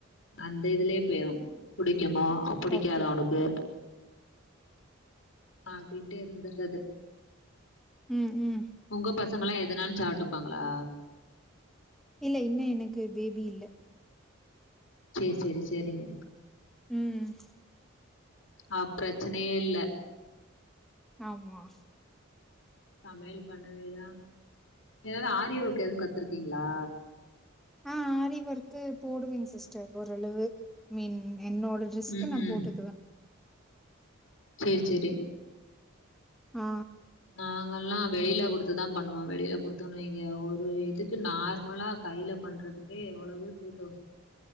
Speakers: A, on the left; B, in the centre.
A: அந்த இதுலயே போயி புடிக் எமா புடிக்காத
B: ஓகே.
A: உனக்கு அப்டின்ட்டே இருந்திடறது
B: ம், ம்.
A: உங்க பசங்கல்லா எதுனாலு சாப்ட்டுப்பாங்ளா
B: இல்ல இன்னு எனக்கு பேபி இல்ல
A: சேரி சேரி சேரிங்க
B: ம்
A: அ பிரச்சனையே இல்ல
B: ஆமா
A: சமையல் பண்ணவேதா எதாவது ஆரிய ஒர்க் எது கத்துருக்கீங்ளா
B: ஆ ஆரிவொர்க்கு போடுவேங் சிஸ்டர் ஓரளவு மின் என்னோட டுரெஸ்க்கு
A: ம்
B: நா
A: ம்
B: போட்டுக்குவே
A: சேரி சேரி
B: ஆ
A: நாங்கல்லா வெளில குடுத்துதான் பண்ணுவான் வெளில குடுத்தோ வைங்க ஒரு இதுக்கு நார்மலா கைல பண்றதுக்கே எவ்ளவு டூ தௌசன்